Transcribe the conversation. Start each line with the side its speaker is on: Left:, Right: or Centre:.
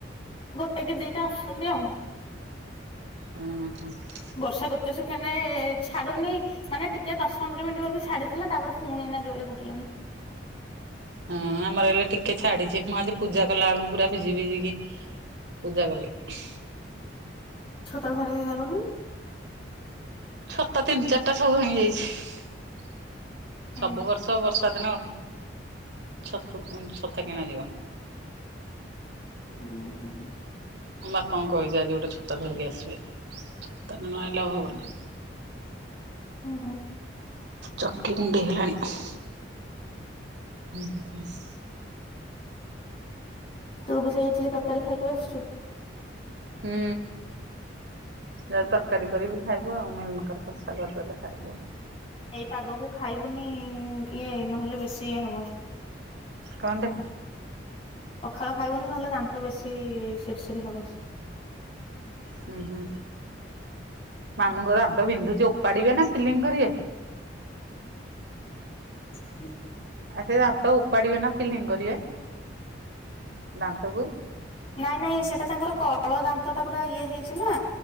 Left: ଗୋଟେ କି ଦିଟା ଆସୁଛନ୍ତି ଆଉ। <inaudible>
Right: ହୁଁ ହୁଁ <inaudible>
Left: ବର୍ଷା ଗୋଟେ ସେକେଣ୍ଡ ଛାଡୁନି ମାନେ ଟିକେ ଦଶ ପନ୍ଦର ମିନିଟ ବୋଧେ ଛାଡିଥିଲା ତାପରେ ପୁଣି ଏନା ଜୋରେ କୁଟିଲାଣି।
Right: ହଁ ଆମର ହେଲେ ଟିକେ ଛାଡିଛି ମୁଁ ଆଜି ପୂଜା କଲା ବେଳକୁ ପୁରା ଭିଜି ଭିଜିିକି ପୂଜା କଲି <inaudible>
Left: ଛତା ଧରିକି ଗଲନି।
Right: ଛତା ତିନି ଚାରିଟା ସବୁ ଭାଙ୍ଗି ଯାଇଛି।
Left: ହୁଁ
Right: ସବୁ ବର୍ଷ ବର୍ଷ ସାଦିନ ଛତୁ ଛତା କିଣାଯିବ।
Left: ହୁଁ।
Right: ମୋ ବାପାଙ୍କୁ କହିଛି ଆଜି ଗୋଟେ ଛତା ଧରିକି ଆସିବେ। ଛତା ତ ନ ଆଣିଲେ ଆଉ ହବନି।
Left: ହୁଁ ହୁଁ।
Right: ଚକି କୁଣ୍ଡେଇ ହେଲାଣି।
Left: <inaudible>
Right: ହୁଁ ହୁଁ।
Left: ତୁ ବି ସେଇ ଇଟିଲି, ତରକାରୀ ଖାଇକି <unintelligible> ଛୁ?
Right: ହୁଁ। ଯା ତରକାରୀ କରିବୁ ଖାଇବୁ ଆଉ, ମିଲମେକର କସା କରିଦେଲେ ଖାଇବୁ ଆଉ।
Left: ଏଇ ପାଗକୁ ଖାଇବୁନି ଇଏ ନହେଲେ ବେଶୀ ଇଏ ହବ।
Right: କଣ୍ଡେ?
Left: ପଖାଳ ଖାଇବନି ନହେଲେ ଦାନ୍ତ ବେଶୀ ସିରି ସିରି ହବ।
Right: ହୁଁ ହୁଁ ମାମୁଁଙ୍କ ଦାନ୍ତ ବିନ୍ଧୁଛି ଓପାଡିବେ, ନା ଫିଲିଙ୍ଗ କରିବେ?
Left: <inaudible>
Right: ଆଉ ସେ ଦାନ୍ତ ଉପାଡ଼ିବେ ନା ଫିଲିଂ କରିବେ? ଦାନ୍ତକୁ।
Left: ନାଇଁ ନାଇଁ ସେଇଟା ତାଙ୍କର କଳ ଦାନ୍ତ ଟା ପୁରା ଇଏ ହେଇଛି ନା।